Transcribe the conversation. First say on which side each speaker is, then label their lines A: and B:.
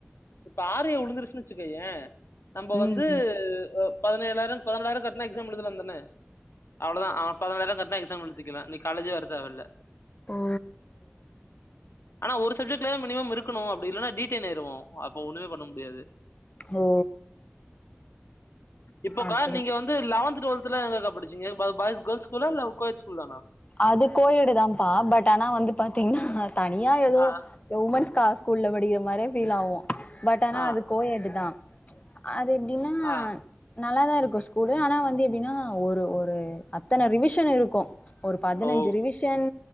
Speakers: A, on the left (about 80°); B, on the left (about 35°).
A: இப்ப ஆரிய உழுந்துருச்சுன்னு வச்சுக்கேய நம்ம
B: ம்
A: வந்து ஒவ் பதினேழாயரோ பண்ணென்டாயிரோ கட்னா எக்ஸா எழுதலாதான அவ்ளோதா ஆ பதினாலாயிரம் கட்னா எக்ஸா எழுதிக்கிலா நீ காலேஜே வர தேவயில்ல
B: ஓ
A: ஆனா ஒரு சப்ஜெக்ட்ல மினிமம் இருக் கணும் அப்டி இல்லனா டீடேன் ஆயிருவோ அப்ப ஒன்னுமே பண்ண முடியாது
B: ஓ
A: இப்போக்கா
B: அப்படி
A: நீங்க வந்து இல்ல லெவன்த் டுவெல்த்லா எங்கக்கா படிச்சிங்க பாய்ஸ் கேர்ள்ஸ் ஸ்கூலா இல்ல‌ கோயட் ஸ்கூல்தானா
B: அது கோய்டுதாப்பா பட் ஆனா வந்து பாத்தீங்னா தனியா ஏதோ
A: ஆ
B: உமன்ஸ் கா ஸ்கூல்ல படிக்கிற மாரி ஃபீல் ஆவோ பட் ஆனா
A: ஆ
B: அது கோயட்டு தா அது எப்டினா
A: ஆ
B: நல்லாதா இருக்கு ஸ்கூலு ஆனா வந்து எப்டினா ஒரு ஒரு அத்தன ரிவிஷன் இருக்கு ஒரு பதினைஞ்சி
A: ஓ
B: ரிவிஷன்